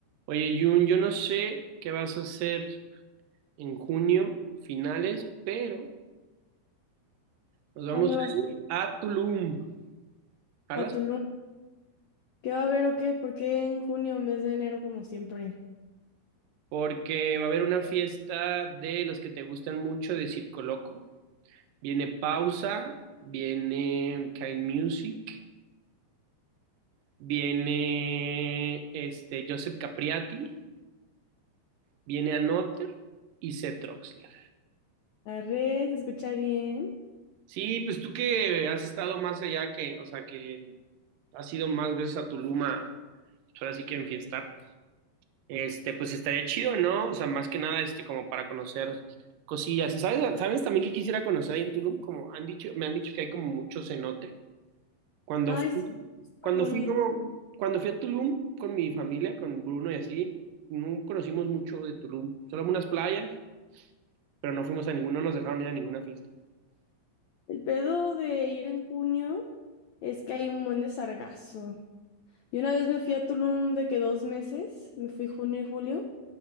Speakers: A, on the right; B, on the left.
A: Oye, Jun, yo no sé qué vas a hacer en junio, finales, pero nos vamos
B: ¿Dónde
A: a
B: vas
A: ir a Tulum, ¿jalas?
B: a Tulum. ¿Qué va a haber o qué? ¿Por qué en junio en vez de enero como siempre?
A: Porque va a haber una fiesta de los que te gustan mucho de Circo Loco. Viene Pausa, viene Kind Music, viene este, Joseph Capriati, viene Anotter y Seth Troxler.
B: La red, ¿se escucha bien?
A: Sí, pues tú que has estado más allá que, o sea, que has ido más veces a Tulum pues, ahora sí que enfiestar, este, pues estaría chido, ¿no? O sea, más que nada, este, como para conocer cosillas. ¿Sabes, sabes también que quisiera conocer ahí en Tulum? Como han dicho, me han dicho que hay como mucho cenote. Cuando
B: Ay,
A: fui,
B: sí, es súper
A: cuando
B: bonito.
A: fui, no, cuando fui a Tulum con mi familia, con Bruno y así, no conocimos mucho de Tulum. Solo unas playas, pero no fuimos a ninguna, no nos dejaron ir a ninguna fiesta.
B: El pedo de ir en junio es que hay un buen de sargazo. Y una vez me fui a Tulum de que dos meses, me fui junio y julio,